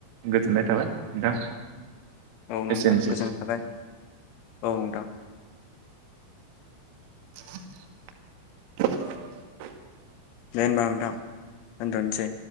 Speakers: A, on the right; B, on the left.
A: गोजोननाय थाबाय नोंथां
B: औ नोंथां
A: एसेनोसै।
B: गोजोननाय थाबाय। औ नोंथां।
A: <inaudible>
B: दे ओमबा नोंथां दोनथ'नोसै।